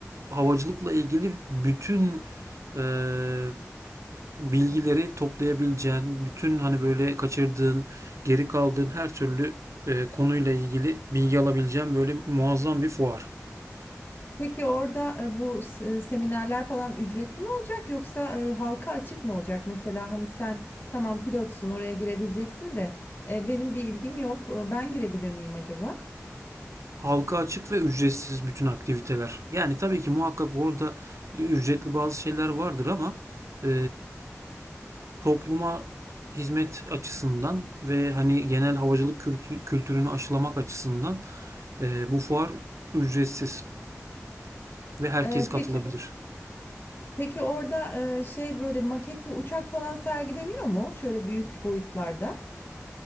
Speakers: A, on the right; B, on the left.
A: havacılıkla ilgili bütün eee, bilgileri toplayabileceğin, bütün hani böyle kaçırdığın, geri kaldığın her türlü eee, konuyla ilgili bilgi alabileceğin böyle muazzam bir fuar.
B: Peki orada e, bu s- e, seminerler falan ücretli mi olacak yoksa e, halka açık mı olacak? Mesela hani sen tamam pilotsun oraya girebileceksin de e, benim bir ilgim yok. e, Ben girebilir miyim acaba?
A: Halka açık ve ücretsiz bütün aktiviteler. Yani tabii ki muhakkak orada e, ücretli bazı şeyler vardır ama e, topluma hizmet açısından ve hani genel havacılık kültü- kültürünü aşılamak açısından e, bu fuar ücretsiz ve herkes
B: E,
A: katılabilir.
B: Peki Peki orada e, şey böyle maket bir uçak falan sergileniyor mu? Şöyle büyük boyutlarda.